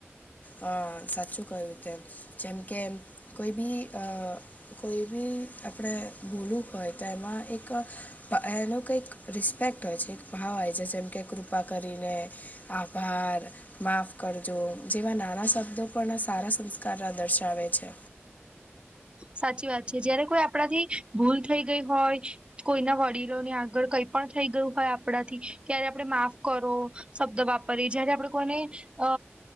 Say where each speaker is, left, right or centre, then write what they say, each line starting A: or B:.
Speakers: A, on the left; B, on the right.
A: અ સાચું કહ્યુ તેમ જેમ કે કોઈ બી કોઈ બી આપણે ભૂલવું હોય તો એમાં એક એનો કંઈક રિસ્પેક્ટ હોય છે, એક ભાવ હોય છે જેમ કે કૃપા કરીને આભાર માાફ કરજો જેવા નાના શબ્દો પણ સારા સંસ્કાર દર્શાવે છે.
B: સાચી વાત છે જયારે કોઈ આપણા થી ભૂલ થઈ ગઈ હોય. કોઈના વડીલોની આગળ કઈ પણ થઈ ગયુ હોય, આપણાથી ત્યારે આપણે માફ કરો શબ્દ વાપરીએ જયારે આપડે કોને અ